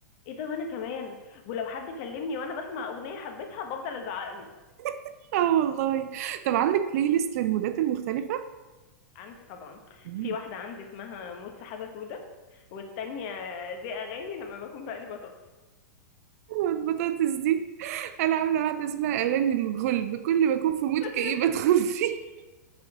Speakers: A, on the left; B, on the right.
A: ايه ده وانا كمان ولو حد كلمني وانا بسمع اغنيه حبيتها بفضل ازعق له
B: <laughs> اه والله طب عندك بلاي ليست للمودات المختلفه
A: عندي طبعا
B: مم.
A: في واحده عندي اسمها موت سحابه سودا والتانية دي اغاني لما بكون بقلي بطاطس
B: البطاطس دي انا عامله واحده اسمها اغاني الغلب كل ما اكون في مود
A: <laughs>
B: كئيب ادخل فيه